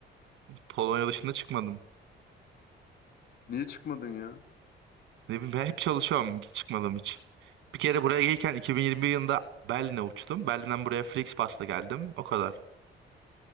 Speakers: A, on the right (about 85°); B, on the left (about 60°).
A: Polonya dışında çıkmadım.
B: Niye çıkmadın ya?
A: Ne bileyim, ben hep çalışıyorum hiç çıkmadım hiç. Bir kere buraya gelirken 2021 yılında Berlin'e uçtum. Berlin'den buraya Flixbus'la geldim. O kadar.